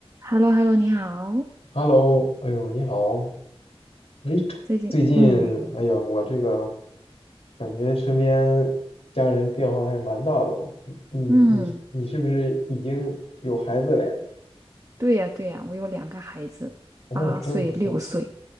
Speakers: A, on the right; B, on the left.
A: h e l l o h e l l o 你好，
B: Hello，哎呦，你好，哎，
A: 最近，
B: 最近，
A: 嗯
B: 哎呀，我这个感觉身边家人变化还蛮大的哦。你你你是不是已经有孩子了呀？
A: 嗯，对呀对呀，我有两个孩子，
B: 哦，
A: 八岁六岁，
B: 真不错。